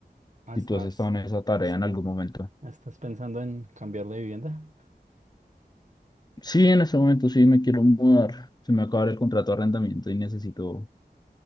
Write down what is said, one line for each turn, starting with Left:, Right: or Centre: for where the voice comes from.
Right: Ah,
Left: si
Right: estás,
Left: tú has estado en esa tarea
Right: está,
Left: en algún momento.
Right: estás pensando en cambiar de vivienda.
Left: Sí, en este momento sí me quiero mudar. Se me acaba el contrato de arrendamiento y necesito